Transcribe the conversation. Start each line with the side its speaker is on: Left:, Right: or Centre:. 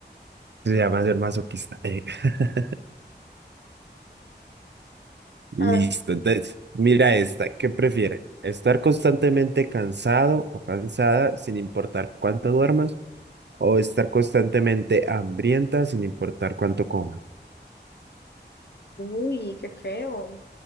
Right: se llama ser masoquista. eh. <laughs> Listo,
Left: A ver,
Right: entonces, mira esta, ¿qué prefiere? ¿Estar constantemente cansado o cansada sin importar cuánto duermas? ¿O estar constantemente hambrienta sin importar cuánto comas?
Left: uy, qué feo.